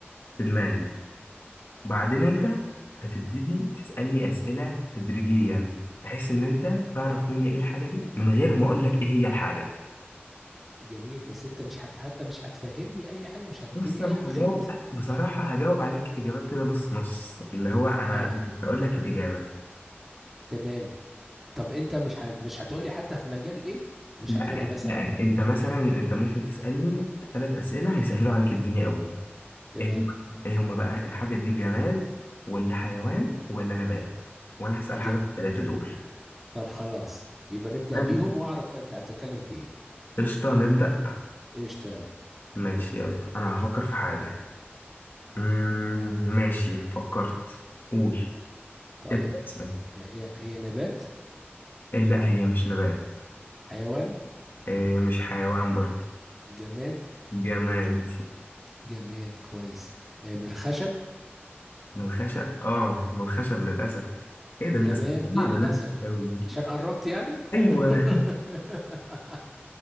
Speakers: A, on the left (about 55°); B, in the centre.
A: في دماغي بعدين انت هتبتدي تسألني أسئلة تدريجيا بحيث ان انت تعرف مني ايه الحاجة دي من غير ما اقول لك ايه هي الحاجة
B: جميل بس انت مش هت... حتى مش هتفهمني اي حاجه مش هتديني
A: بص انا
B: اي خيط
A: هجاوب بصراحة هجاوب عليك اجابات كده نص نص اللي هو انا
B: اه
A: مش هقول لك الإجابة
B: تمام طب انت مش هت... مش هتقولي حتى في مجال ايه مش
A: لا
B: هتقولي مثلا
A: لا انت مثلا انت ممكن تسألني ثلاث أسئلة هيسهلوا عليك الدنيا قوي
B: تمام
A: ايه هم ايه هما بقى الحاجة دي جماد ولا حيوان ولا نبات وانا هسأل حاجة
B: جميل
A: في الثلاثة دول
B: طب خلاص يبقى نبدأ
A: تمام
B: بيهم واعرف انت هتتكلم في ايه
A: قشطة نبدأ
B: قشطة
A: ماشي يلا انا هفكر في حاجة مم، ماشي فكرت قول
B: طيب
A: ابدأ اسأل
B: هي هي نبات
A: إيه لا هي مش نبات
B: حيوان
A: إيه مش حيوان برضه
B: جماد
A: جماد
B: جماد كويس آه، من الخشب
A: من الخشب اه من الخشب للأسف ايه ده انت
B: تمام
A: سألتها
B: ليه
A: على
B: للأسف
A: نفسك أوي
B: عشان قربت يعني
A: ايوه <laughs>
B: <laughs>